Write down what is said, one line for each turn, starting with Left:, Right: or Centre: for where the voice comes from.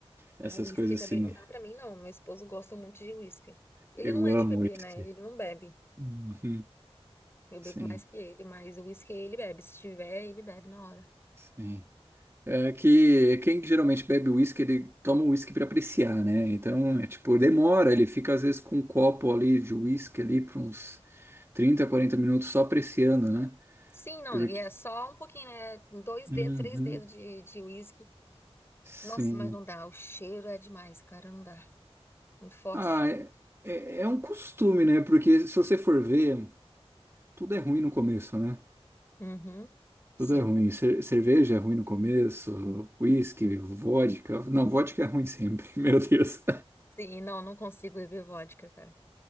Right: essas
Left: A whisky
Right: coisas
Left: também
Right: assim.
Left: não dá pra mim, não. Meu esposo gosta muito de whisky. Ele
Right: Eu
Left: não é de
Right: amo
Left: beber,
Right: uísque.
Left: né? Ele não bebe.
Right: Uhum.
Left: Eu bebo
Right: Sim,
Left: mais que ele, mas o uísque ele bebe. Se tiver, ele bebe na hora.
Right: sim. É que quem geralmente bebe uísque, ele toma o uísque para apreciar, né? Então, é tipo, demora, ele fica às vezes com um copo ali de uísque ali por uns 30, 40 minutos só apreciando, né?
Left: Sim, não,
Right: Porque...
Left: e é só um pouquinho, né? Dois
Right: Uhum.
Left: dedos, três dedos de, de uísque.
Right: Sim.
Left: Nossa, mas não dá. O cheiro é demais, cara, não dá. Muito forte.
Right: Ah, é, é é um costume, né? Porque se você for ver, tudo é ruim no começo, né?
Left: Uhum. Sim.
Right: Tudo é ruim. Cer- cerveja é ruim no começo, uísque, vodka. Não, vodka é ruim sempre, <laughs> meu Deus.
Left: Sim, não, não consigo beber vodka, cara.